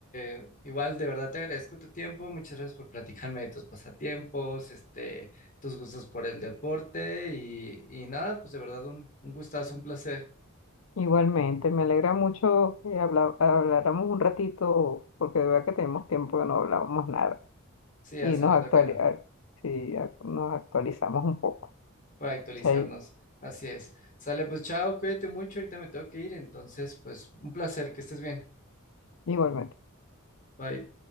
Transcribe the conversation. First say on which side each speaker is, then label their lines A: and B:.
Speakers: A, on the left; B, on the left.
A: eh, igual de verdad te agradezco tu tiempo. Muchas gracias por platicarme de tus pasatiempos, este, tus gustos por el deporte y, y nada, pues de verdad un, un gustazo, un placer.
B: igualmente, me alegra mucho que habla- habláramos un ratito, porque de verdad que tenemos tiempo que no hablábamos nada
A: Sí, hace
B: y nos
A: rato
B: actuali-
A: que no.
B: a- sí, a- nos actualizamos un poco.
A: para actualizarnos.
B: sí
A: Así es. Sale, pues chao, cuídate mucho, ahorita me tengo que ir, entonces, pues un placer, que estés bien.
B: igualmente.
A: Bye.